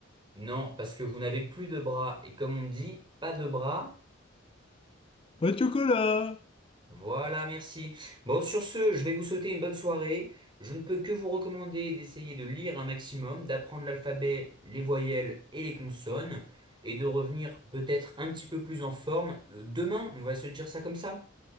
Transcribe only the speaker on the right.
Non, parce que vous n'avez plus de bras. Et comme on dit, pas de bras.
Voilà, merci. Bon, sur ce, je vais vous souhaiter une bonne soirée. Je ne peux que vous recommander d'essayer de lire un maximum, d'apprendre l'alphabet, les voyelles et les consonnes, et de revenir peut-être un petit peu plus en forme. Euh, Demain, on va se dire ça comme ça.